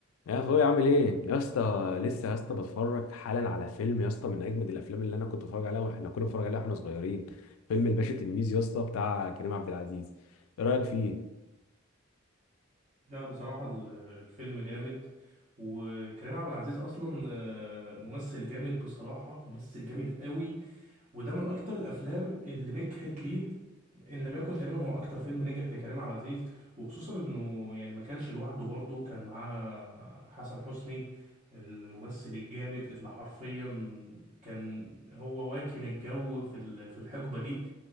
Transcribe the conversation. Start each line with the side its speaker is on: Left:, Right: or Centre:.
Left: يا اخويا عامل ايه يا اسطى لسه يا اسطى بتفرج حالا على فيلم يا اسطى من اجمد الافلام اللي انا كنت بتفرج عليها واحنا كنا بنتفرج عليها واحنا صغيرين فيلم الباشا تلميذ يا اسطى بتاع كريم عبد العزيز ايه رايك فيه
Right: لا بصراحة ال- الفيلم جامد وكريم عبد العزيز أصلا آه، ممثل جامد بصراحة ممثل جامد قوي وده من أكتر الأفلام اللي نجحت ليه إن لم يكن تقريبا هو أكتر فيلم نجح لكريم عبد العزيز وخصوصا إنه يعني ما كانش لوحده برضه كان معاه حسن حسني الممثل الجامد اللي حرفيا كان هو واكل الجو في ال- في الحقبة دي